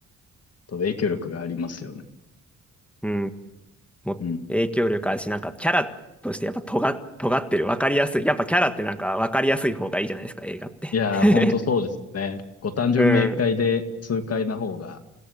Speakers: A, on the left; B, in the centre.
A: と影響力がありますよね。
B: うんもう影響力あるし、
A: うん
B: なんかキャラとしてやっぱ尖っ、尖ってる、わかりやすい。やっぱキャラってなんかわかりやすい方がいいじゃないですか、映画って。
A: いやー、
B: <laughs>
A: ほんとそうですよね。ご単純明快で痛快な方が
B: うん、